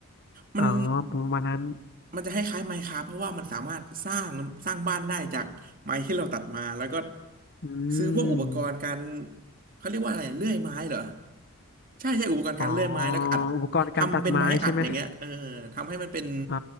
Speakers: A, on the right; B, on the left.
A: มัน
B: อ๋อประมาณนั้น
A: มันจะคล้ายๆไม้คราฟเพราะว่ามันสามารถสร้างสร้างบ้านได้จากไม้ที่เราตัดมาแล้วก็
B: อื
A: ซื้อพวกอุปกรณ์การ
B: ม
A: เขาเรียกว่าอะไรเลื่อยไม้เหรอใช่ใช่อุปกรณ์การเลื่อยไม้แล้วก็อัด
B: อ๋ออุปกรณ์การตัดไม้ใช่ไหม
A: ทำเป็นไม้อัดอย่างเงี้ยเออทำให้มันเป็น
B: อ่า